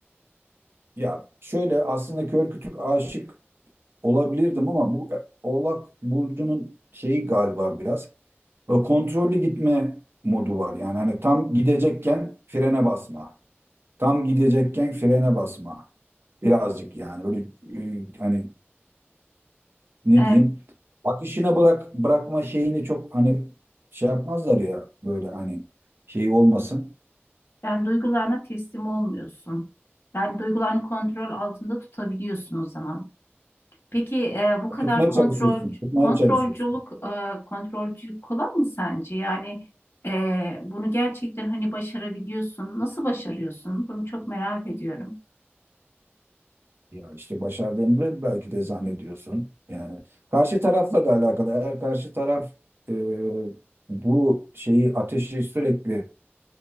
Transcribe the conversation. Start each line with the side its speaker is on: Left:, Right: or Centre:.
Right: Ya şöyle aslında kör kütük aşık olabilirdim ama bu e, Oğlak Burcu'nun şeyi galiba biraz. Ve kontrollü gitme modu var. Yani hani tam gidecekken frene basma. Tam gidecekken frene basma. Birazcık yani böyle e, hani ne
Left: Ee,
Right: diyeyim? Akışına bırak bırakma şeyini çok hani şey yapmazlar ya böyle hani şey olmasın.
Left: yani duygularına teslim olmuyorsun. Yani duygularını kontrol altında tutabiliyorsun o zaman. Peki e, bu kadar
Right: Tutmaya
Left: kontrol
Right: çalışıyorsun. Tutmaya
Left: kontrolcülük
Right: çalışıyorsun.
Left: e, kontrolcülük kolay mı sence? Yani e, bunu gerçekten hani başarabiliyorsun. Nasıl başarıyorsun? Bunu çok merak ediyorum.
Right: Ya işte başardığını belki de zannediyorsun. Yani karşı tarafla da alakalı. Eğer karşı taraf e, bu şeyi ateşi sürekli